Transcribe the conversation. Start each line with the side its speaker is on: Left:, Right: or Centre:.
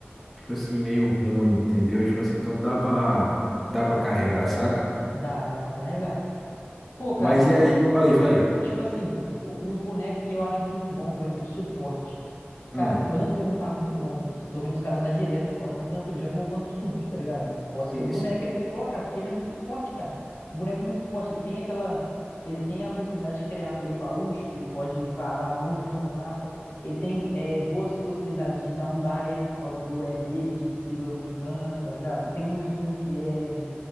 Centre: tipo assim, meio ruim, entendeu? Tipo assim, então dá pra, dá pra carregar, saca?
Left: dá, dá pra carregar. Pô, cara,
Centre: Mas
Left: ó,
Centre: e aí? Falei, falei.
Left: tipo assim, o- uns bonecos que eu acho muito bom, por exemplo, de suporte. Cara,
Centre: Hum.
Left: Pantheon tá muito bom. Eu tô vendo os caras usar direto o Pantheon, tanto o jungle quanto o sup, tá ligado? Pode
Centre: Sim,
Left: ser um boneco
Centre: isso.
Left: aí pra você colocar, porque ele é muito forte, cara. Um boneco muito forte. Ele tem aquela. Ele tem a possibilidade de criar play com a ult, que ele pode varar longeão no mapa. Ele tem é, boas possibilidades de dar um dive por causa do E dele, que segura muito dano, tá ligado? Tem um stun que é